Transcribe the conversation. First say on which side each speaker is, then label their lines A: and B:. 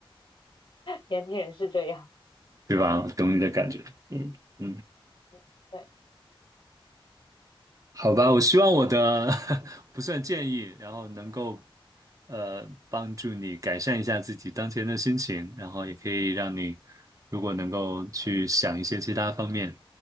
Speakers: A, on the left; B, on the right.
A: 年轻人是这样。
B: 对吧？懂你的感觉。嗯嗯。
A: <laughs> 对，
B: 好吧，我希望我的 <laughs> 不算建议，然后能够呃帮助你改善一下自己当前的心情，然后也可以让你如果能够去想一些其他方面，